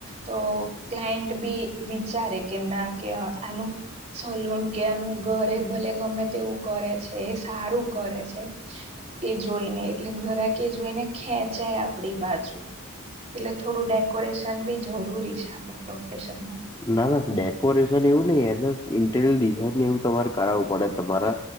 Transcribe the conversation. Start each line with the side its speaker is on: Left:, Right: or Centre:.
Right: તો ક્લાયન્ટ બી વિચારે કે ના કે આનું સલૂન કે એનું ઘરે ભલે ગમે તેવું કરે છે એ સારું કરે છે. એ જોઈને એટલે ઘરા કે જોઈને ખેંચાય આપડી બાજુ- એટલે થોડું ડેકોરેશન બી જરૂરી છે આપડા પ્રોફેશનમાં-
Left: ના ના ડેકોરેશન એવું નઈ એને ઇન્ટીરિયર ડિઝઇન એવું તમારે કરાવવું પડે. તમારે